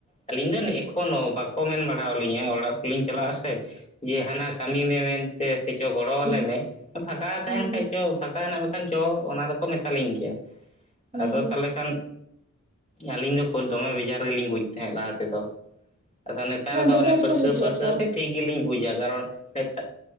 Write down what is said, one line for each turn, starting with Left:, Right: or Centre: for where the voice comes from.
Left: ᱟᱹᱞᱤᱧ ᱫᱚ ᱮᱠᱷᱚᱱᱳ ᱵᱟᱠᱚ ᱢᱮᱱ ᱵᱟᱲᱞᱤᱧᱟ ᱚᱲᱟᱜ ᱠᱚᱞᱤᱧ ᱪᱟᱞᱟᱜᱼᱟ ᱥᱮ ᱡᱮ ᱦᱟᱱᱟ ᱠᱟᱹᱢᱤ ᱢᱮ ᱢᱮᱱᱛᱮ ᱥᱮᱪᱚ ᱜᱚᱲᱚᱣᱟᱞᱮ
Right: ᱦᱩᱸ
Left: ᱢᱮ ᱯᱷᱟᱸᱠᱟ ᱛᱟᱦᱮᱱ
Right: ᱦᱩᱸ
Left: ᱠᱷᱟᱡ ᱪᱚ ᱯᱷᱟᱸᱠᱟ ᱦᱮᱱᱟᱜ ᱠᱷᱟᱱ ᱫᱚ ᱚᱱᱟ ᱫᱚᱠᱚ ᱢᱮᱛᱟᱞᱤᱧ ᱜᱮᱭᱟ
Right: ᱦᱩᱸ
Left: ᱟᱫᱚ
Right: ᱦᱩᱸ
Left: ᱛᱟᱦᱚᱞᱮ ᱠᱷᱟᱱ ᱟᱹᱞᱤᱧ ᱫᱚ ᱫᱚᱢᱮ ᱵᱷᱮᱡᱟᱨ ᱜᱮᱞᱤᱧ ᱵᱩᱡ ᱛᱟᱦᱮᱸᱫ ᱞᱟᱦᱟ ᱛᱮᱫᱚ ᱟᱫᱚ ᱱᱮᱛᱟᱨ
Right: ᱦᱮᱸ
Left: ᱫᱚ
Right: ᱵᱮᱡᱟᱨ
Left: ᱚᱱᱮ ᱯᱟᱹᱨᱠᱟᱹᱣ
Right: ᱵᱩᱡᱩᱜᱼᱟ
Left: ᱯᱟᱹᱨᱠᱟᱹᱣ
Right: ᱛᱚ
Left: ᱛᱮ ᱴᱷᱤᱠ ᱜᱮᱞᱤᱧ ᱵᱩᱡᱟ ᱠᱟᱨᱚᱱ ᱱᱮᱛᱟᱨ